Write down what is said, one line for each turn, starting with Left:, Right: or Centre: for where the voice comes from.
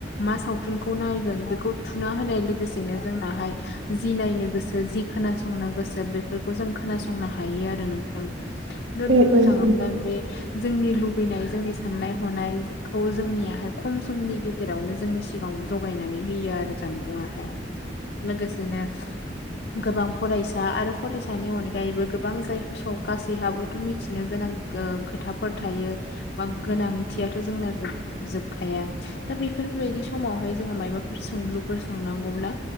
Left: मा सावथुनखौ नायगोन बेखौ थुना होनाय लोगोसेनो जोंनाहाय जि नायनो गोस जि खोनासंनो गोसो बेफोरखौ जों खोनासंनो हायो आरो नोंथां। दा
Right: उम
Left: बुंनो
Right: उम
Left: थाङोब्ला
Right: उम
Left: बे जोंनि लुबैनाय जोंनि साननाय हनायखौ जोंनियाहाय खम समनि गेजेरावनो जोंनि सिगाङाव जगायनानै होयो आरो जानबुङाहाय लोगोसेनो गोबां फरायसा आरो फरायसानि अनगायैबो गोबां जायफोर गासैहाबोथ' मिथिनो गोनां ओ खोथाफोर थायो बा गोनांथियाथ' जोंना जोब जोबखाया। दा बेफोरबायदि समावहाय जोङो मायबाफोर सोंलुफोर सोंनांगौब्ला